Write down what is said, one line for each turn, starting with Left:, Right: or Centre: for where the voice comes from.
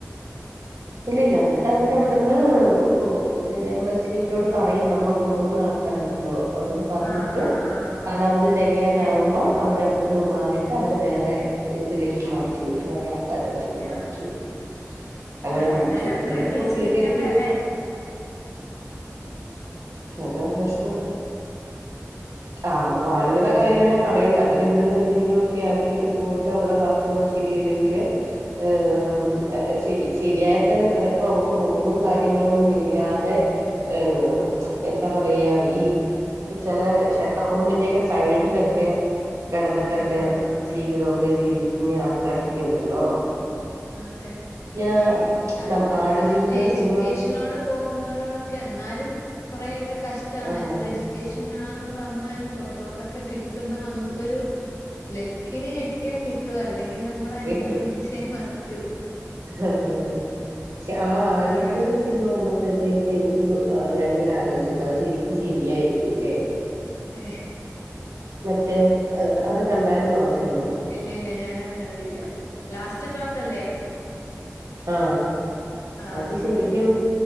Right: ഇല്ല ഇല്ല എന്നിട്ട് അവരവിടുന്ന് ഒ പിന്നെ എമ്പസി അവരോട് പറയും നമ്മളെ കൊണ്ടുപോകുന്ന ആൾക്കാരുണ്ടല്ലോ അവരോട് പറഞ്ഞിട്ട്
Left: ആഹ് ആഹ് ആഹ്
Right: കാലാവധി
Left: ആഹ്
Right: തികയാനാവുമ്പോ
Left: ഏഹ്
Right: അവരവിട് ന്ന് മാറിയിട്ട് അവരെ വേറെ ഇതിലേക്ക് മാറ്റിവിടും വേറെ ആൾക്കാരെ കണ്ടതിലേക്ക് മാറ്റി
Left: ആഹ്
Right: വിടും അങ്ങനെ
Left: ആഹ്
Right: മാറ്റി
Left: എന്നാലും
Right: വിട്ടു
Left: അത്രയും
Right: ഇന്നിട്ട്
Left: പിടിച്ചു
Right: ഇപ്പൊ പുള്ളിക്കാരിക്കിട്ടി
Left: നിക്കണ്ടേല്ലേ
Right: അതാ പ്രശ്നം. ആ ആണുങ്ങളുടെ കാര്യണേ പറയണ്ട അവര് ഇവിടുന്നെന്തെങ്കിലൊക്കെ ആക്കീട്ട് പോയിട്ട് അവിടെ വർക്കൊന്നും ശരിയല്ലെങ്കില് ആ
Left: ആഹ്
Right: എ ശരി ശ ശരിയായതന്നെ ചിലപ്പോ അവക്ക് റൂമും കാര്യങ്ങളൊന്നും ഇല്ലാതെ ഏ എന്താ പറയാ ഈ ചെല ഷട്ടർ റൂമിന്റെക്കെ സൈഡിലൊക്കെ കെടന്ന്ട്ടൊക്കെ
Left: കേ ആഹ്
Right: ജീവിതൊക്കെ ജീവി ഇനി ആൾക്കാരൊക്കെ ഉണ്ടല്ലോ?
Left: അതെ
Right: ഞാൻ
Left: ഈ നല്ല
Right: നം- ആടുജീവിതം
Left: നല്ല എജ്യൂക്കേഷനോടെ
Right: സിനിമ
Left: പോകുന്നവരോടൊക്കെ എന്നാലും കൊറെയൊക്കെ കഷ്ട്ടാണ്
Right: ആഹ്
Left: എത്ര എജുക്കേഷനാണെ ന്ന് വന്നാലും പുറത്തോട്ടൊക്കെ കിട്ടുമ്പോ നമുക്കൊരു ലക്കിന് കിട്ടിയാ കിട്ടും അല്ലെ <unintelligible> നമ്മളനുഭവിച്ചേ
Right: കേട്ട്
Left: മതി റ്റൂ
Right: അതെ അതെ പക്ഷെ ആ ആടുജീവിത
Left: ഇത്ര കഷ്ട
Right: സിനിമ കണ്ടപ്പോഴത്തേക്ക് എനിക്ക് ഞാനിങ്ങനെ ആലോ ചിട്ട അത് ശരിക്കും ശരിയായിരിക്കുംല്ലേ
Left: ഏ
Right: മറ്റേ അത് കണ്ടായിരുന്നു ആ സിനിമ
Left: ഇല്ല ഇല്ല ഞാനത് കണ്ടില്ല ലാസ്റ്റ് പാർട്ടല്ലേ
Right: ആ
Left: ആഹ്
Right: അത്
Left: ഞാൻ
Right: ശരിക്കും
Left: കണ്ടില്ല